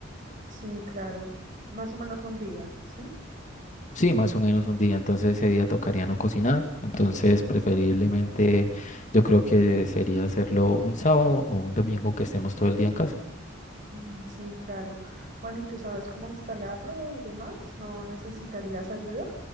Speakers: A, on the right (about 40°); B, on the left (about 40°).
A: sí, claro. Más o menos un día, ¿sí?
B: Sí, más o menos un día, entonces ese día tocaría no cocinar, entonces preferiblemente yo creo que sería hacerlo un sábado o un domingo que estemos todo el día en casa.
A: Mm, sí, claro. Bueno, ¿y tú sabes cómo instalarlo y demás? ¿No necesitarías ayuda?